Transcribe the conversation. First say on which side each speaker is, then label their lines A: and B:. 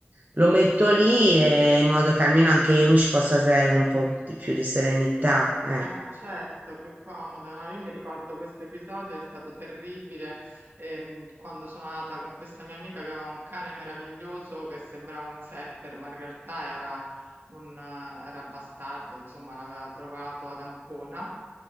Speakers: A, on the right (about 45°); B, on the right (about 65°).
A: Lo metto lì e in modo che almeno anche io mi ci possa dare un po' di più di serenità. Eh.
B: Eh, ma certo, più comoda, no? Io mi ricordo questo episodio, è stato terribile, ehm, quando sono andata con questa mia amica che aveva un cane meraviglioso che sembrava un setter, ma in realtà era un, eh, era bastardo, insomma, l'aveva trovato ad Ancona